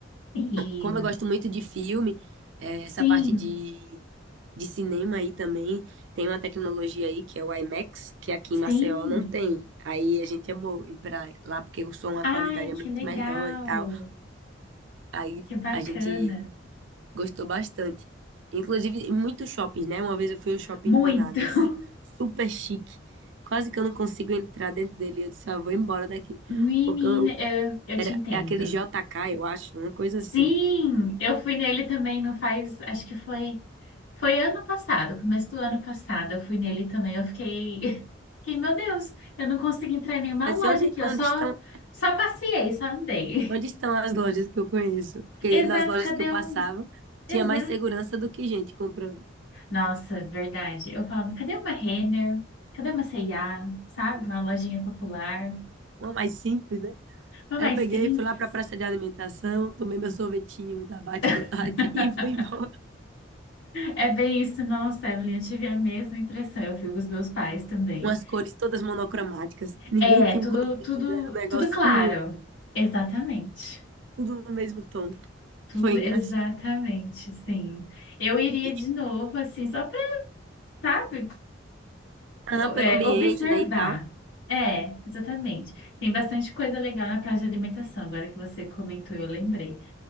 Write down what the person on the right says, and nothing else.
Como eu gosto muito de filme, é,
essa parte de de cinema aí também. Tem uma tecnologia aí que é o IMAX, que aqui
em Maceió não tem. Aí a gente amou ir pra lá porque o som, a
qualidade é
muito
melhor e tal. Aí
a gente gostou bastante. Inclusive, em muitos shoppings, né? Uma vez eu fui no shopping
enganado,
su- super chique. Quase que eu não consigo entrar dentro dele. Eu disse, ah, vou embora daqui.
Porque eu não-
era,
é aquele JK, eu acho, uma coisa
assim.
Mas
onde,
onde
estão
Onde estão as lojas que eu conheço? Porque
nas lojas
que eu passava,
tinha
mais segurança do que gente comprando.
Uma mais simples, né?
Aí
eu peguei,
fui lá pra praça de alimentação, tomei meu sorvetinho da Bate
de Latte <laughs> e fui embora.
Umas cores todas monocromáticas. Ninguém
tinha
um colorido,
era um negócio
tudo,
tudo no mesmo tom.
Foi engraçado.
E,
ah,
pelo
ambiente,
né, e tal.